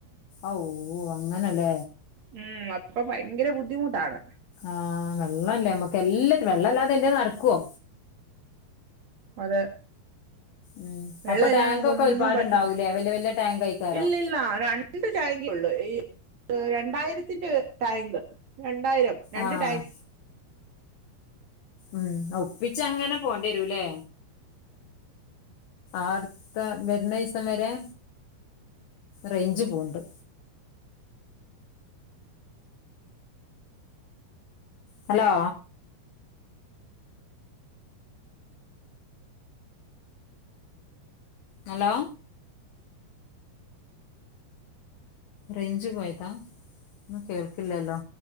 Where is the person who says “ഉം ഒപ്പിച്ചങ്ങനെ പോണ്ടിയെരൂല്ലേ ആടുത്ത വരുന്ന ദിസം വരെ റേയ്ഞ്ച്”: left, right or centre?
Left